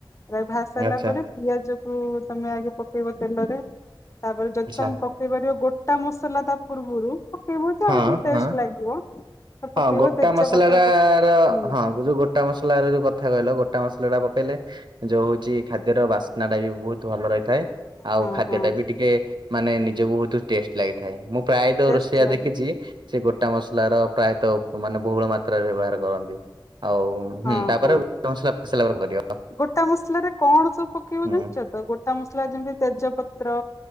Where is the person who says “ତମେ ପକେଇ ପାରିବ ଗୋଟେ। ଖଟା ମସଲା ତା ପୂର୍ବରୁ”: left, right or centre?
Left